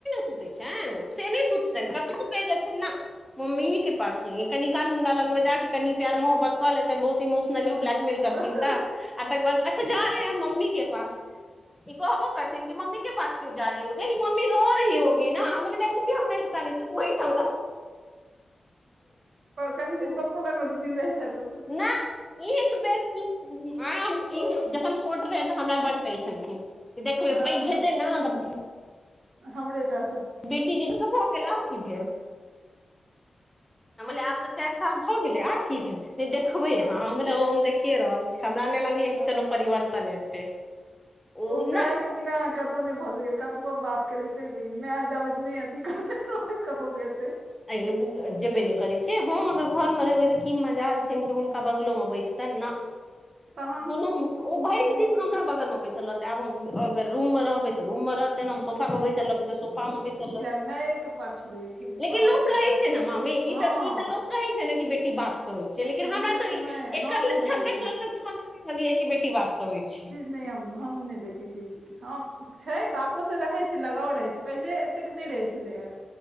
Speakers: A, in the centre; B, on the right.
A: सुतैछैन से नहि सुततैन कतबो
B: सुतै छै
A: कहि देथिन ना मम्मी ही के पासमे कनि काल हुनका लग मे जाक कनि प्यार मोहबत कऽ ले तैनि बहुत इोमोश नली
B: हँ
A: ब्लैकमेल करथिन तऽ जारहे हैं मम्मी के पास तकर बाद अच्छा जा रहे हैं मम्मी के पास ई कहबो करथिन कि मम्मी मम्मी के पास क्यों जा रही हो कहय मम्मी रो रही होगी न हम कहलियै नै बुच्ची हम नै कानय छी ओहि ठाम रह।
B: कनि
A: रह
B: दिन पप्पो लागमे दू दिन रहै जयतौं
A: ना एक बेर किछु आराम जखन छोट रहय त हमरा बड्ड कहै छलखिन देखबेबै
B: हँ
A: पैघ हेतै न त
B: हमरे टा सँ
A: बेटी जीद भऽ गेल आब की भेल हम कहलियै आबकिभेल तकहलियनह चारि साल भऽ गेलै आब की भेल नहि देखबै अहाँ
B: आब
A: हम
B: की
A: ओ हम देखिए रहल छीय हमरा नहि लगैया
B: हँ
A: कि कोनो परिवर्तन हेतैय ओ
B: माय
A: नय
B: के बिना कतहु नहि भऽ सकै कतबो बाप केेे माय आब अथी करते तब कतहु से हेतै
A: आइ इब ब
B: धिया
A: जेबै नहि करय छि छै हम अगर घरमे रहबै तऽ की मजाल छनि कि हुनका बगलोमे बैसतनि ना।
B: तहन
A: ओ भरि
B: छैहे
A: दिन
B: की
A: हमरा बगलमे बैसल रहतै आब हम अगर रूममे रहबै तऽ रूममे रहतै। तहन हम सोफा पर बैसल रहबै तऽ सोफा पर मे बैसल रहतै
B: मैए के पाछू रहय छै।
A: लेकिन
B: बापके
A: लोक कहय
B: पाछू
A: छै ने मामी ई
B: हँ
A: तऽ ई तऽ लोक कहै छै ने कि बेटी बाप कहै छै लेकिन
B: उ
A: हमरा तऽ
B: नहि
A: एकर
B: हम नहि
A: लक्षण
B: देखै
A: देखला
B: छियै
A: से त हमरा सभैके बेटी बापके होइ छै।
B: नियम हमहु नहि देखै छीयै हँ छै बापोसँ रहय छै लगाव रहय छै पहिले एतेक नहि रहैत छलैए